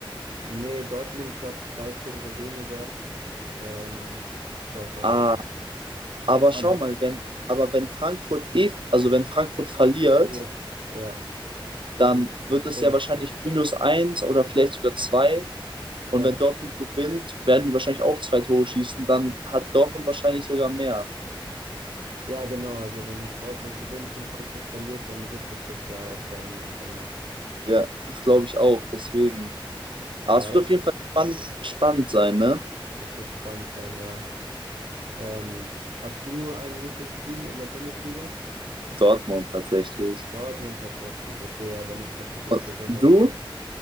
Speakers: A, on the right (about 85°); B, on the right (about 65°).
A: Nee, Dortmund hat drei Tore weniger ähm, Torverhältnis.
B: Ah, aber
A: Aber
B: schau mal, wenn, aber wenn Frankfurt eh, also wenn Frankfurt verliert,
A: jetzt, ja.
B: dann
A: Und,
B: wird es
A: und
B: ja wahrscheinlich minus eins oder vielleicht sogar zwei.
A: ja,
B: Und wenn Dortmund gewinnt, werden die wahrscheinlich auch zwei Tore schießen. Dann hat Dortmund wahrscheinlich sogar mehr.
A: ja, genau. Also wenn Dortmund gewinnt und Frankfurt verliert, dann wird sich das ja auch verändern, genau.
B: Ja, das glaube ich auch. Deswegen. Aber
A: Ja,
B: es
A: das
B: wird auf jeden
A: ist,
B: Fall spannend, spannend sein, ne?
A: das wird spannend sein, ja. Ähm, hast du ein Lieblingsteam in der Bundesliga?
B: Dortmund tatsächlich.
A: Dortmund tatsächlich, okay, ja, dann ist ja für dich
B: Und
A: besonders
B: du?
A: spannend.